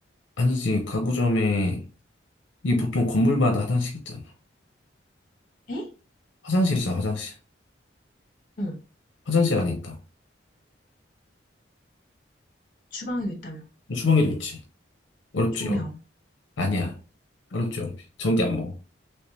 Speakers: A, on the left (about 75°); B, on the left (about 45°).
A: 아니지. 가구점에 이게 보통 건물마다 화장실 있잖아.
B: 에?
A: 화장실이잖아, 화장실.
B: 응,
A: 화장실 안에 있다고.
B: 주방에도 있다며.
A: 주방에도 있지. 어렵지.
B: 조명.
A: 어, 아니야. 어렵지, 어렵지. 전기 안 먹어.